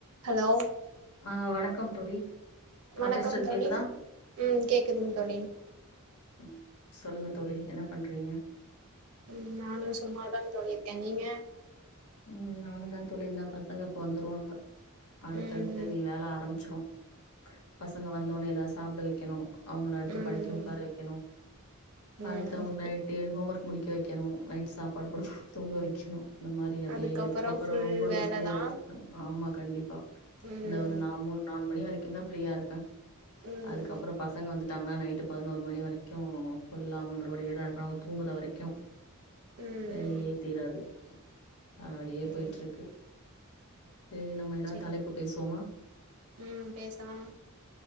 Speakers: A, on the right; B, on the left.
A: Hello
B: ஆ வணக்கம் தோழி நா
A: வணக்கம்
B: பேசுறது
A: தோழி
B: கேக்குதா
A: ம் கேக்குதுங் தோழி
B: ம், சொல்லுங்க தோழி என்ன பண்றீங்க
A: ம் நானு சும்மாதா தோழிருக்கே நீங்க
B: ம் நானுந்தா தோழி இந்தா பசங்க இப்ப வந்துருவாங்க அடுத்தடுத்து
A: ம்
B: இனி வேல ஆரபிச்சிரு பசங்க வந்தோனே எதாது சாப்ட வெய்க்கணு அவங்கள அடுத்து
A: ம்
B: படிக்க உட்கார வைக்கணு
A: ம்
B: அடுத்த குட் நைட் அப்டியொ ஹோம் ஒர்க் முடிக்க வைக்கணு நைட் சாப்பாடு குடூத் தூங்க வைக்கணோ இந்த மாரி
A: அதுக்கப்பறோ
B: ஏ இதுக்கப்ரோ
A: ஃபுல்
B: ரொம்ப
A: வேலதா
B: பிசியா ஆயிடு ஆமா கண்டிப்பா
A: ம்
B: இந்த ஒரு நா மூண் நால் மணி வரிக்கு தா ஃப்ரியாருப்பே
A: ம்
B: அதுக்கப்றோ பசங்க வந்து த்தாங்கன்னா நைட்டு பதினோரு மணி வரைக்கு ஃபுல்லா அவங்களோடயேதா இருக்கனு அவங்க தூங்குற வரைக்கு
A: ம்
B: வேலையே தீராது அப்டியே போய்ட்ருக்கு
A: ம்
B: சேரின்னா ம் எதா
A: செரி
B: தலைப்பு பேசுவோமா
A: ம் பேசலாம்